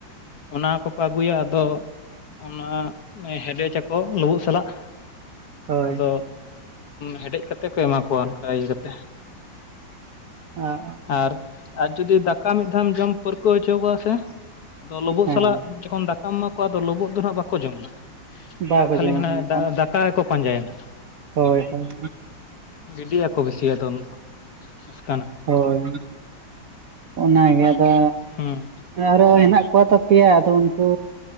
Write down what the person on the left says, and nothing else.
ᱚᱱᱟ ᱠᱚᱠᱚ ᱟᱹᱜᱩᱭᱟ ᱟᱫᱚ ᱚᱱᱟ ᱦᱮᱰᱮᱡ ᱟᱠᱚ ᱞᱩᱵᱩᱜ ᱥᱟᱞᱟᱜ
ᱟᱫᱚ ᱦᱮᱰᱮᱡ ᱠᱟᱛᱮ ᱠᱚ ᱮᱢᱟ ᱠᱚᱣᱟ ᱚᱱᱠᱟ ᱤᱭᱟᱹ ᱠᱟᱛᱮ
ᱟᱨ ᱟᱨ ᱡᱩᱫᱤ ᱫᱟᱠᱟ ᱢᱤᱫ ᱫᱷᱟᱣᱮᱢ ᱡᱚᱢ ᱯᱟᱹᱨᱠᱟᱹᱣ ᱦᱚᱪᱚ ᱠᱚᱣᱟ ᱥᱮ ᱟᱫᱚ ᱞᱩᱵᱩᱜ
ᱥᱟᱞᱟᱜ ᱡᱚᱠᱷᱚᱱ ᱫᱟᱠᱟᱢ ᱮᱢᱟ ᱠᱚᱣᱟ ᱟᱫᱚ ᱞᱩᱵᱩᱜ ᱫᱚ ᱱᱟᱸᱜ ᱵᱟᱠᱚ ᱡᱚᱢᱟ
ᱟᱨ ᱠᱷᱟᱹᱞᱤ
ᱦᱟᱱᱟ
ᱫᱟᱠᱟ ᱜᱮᱠᱚ ᱯᱟᱸᱡᱟᱭᱟ ᱱᱟᱜ
ᱜᱤᱰᱤ ᱭᱟᱠᱚ ᱵᱮᱥᱤ ᱟᱫᱚ ᱩᱱ ᱫᱚ ᱚᱱᱠᱟᱱᱟᱠᱚ
ᱦᱩᱸ